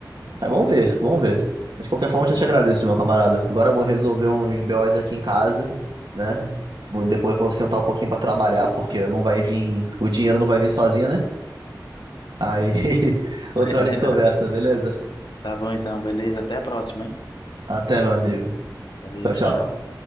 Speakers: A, on the right; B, on the left.
A: Aí vamos ver, vamos ver. Mas de qualquer forma, já
B: Então,
A: te agradeço, meu camarada. Agora eu vou resolver uns BOs aqui em casa, né? Vou, depois eu vou sentar um pouquinho para trabalhar, porque não vai vir, o dinheiro não vai vir sozinho, né? Aí, <laughs> outra
B: <laughs> é
A: hora
B: verdade.
A: de conversa, beleza?
B: Tá bom então, beleza? Até a próxima, hein?
A: Até, meu amigo.
B: Valeu,
A: Tchau,
B: tchau,
A: tchau.
B: tchau.